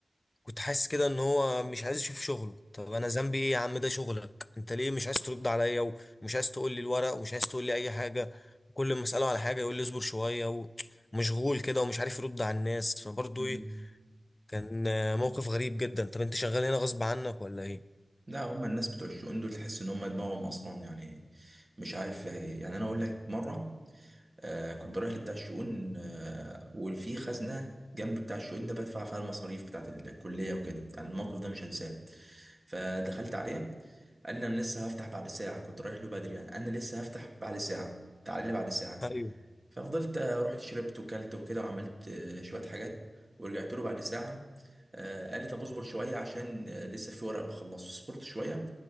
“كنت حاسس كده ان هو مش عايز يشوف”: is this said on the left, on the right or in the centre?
Left